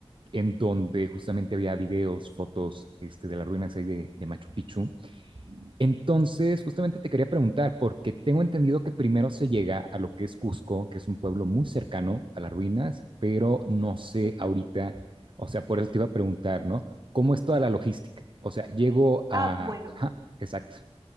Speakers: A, on the right (about 55°); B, on the right (about 35°).
A: en donde justamente había videos, fotos, este, de las ruinas ahí de, de Machu Picchu. Entonces, justamente te quería preguntar, porque tengo entendido que primero se llega a lo que es Cusco, que es un pueblo muy cercano a las ruinas, pero no sé
B: Ujú.
A: ahorita, o sea, por eso te iba a preguntar, ¿no? ¿Cómo es toda la logística? O sea, llego
B: Ah,
A: a...
B: bueno.
A: Ajá, exacto.